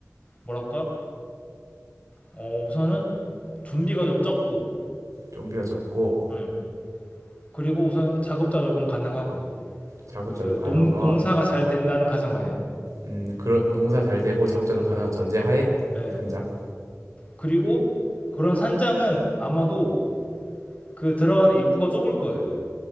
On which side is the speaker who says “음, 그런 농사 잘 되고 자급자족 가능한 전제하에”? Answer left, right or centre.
Right